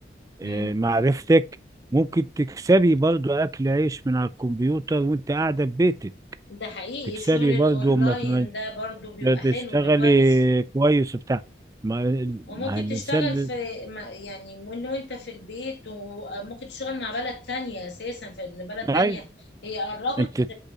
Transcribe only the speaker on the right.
آه،
معرفتك ممكن تكسبي برضو أكل عيش من على الكمبيوتر وأنت قاعدة في بيتك
تكسبي
برضه ما
ما تشتغلي
كويس وبتاع ما
ما الانسان
ايوه
انت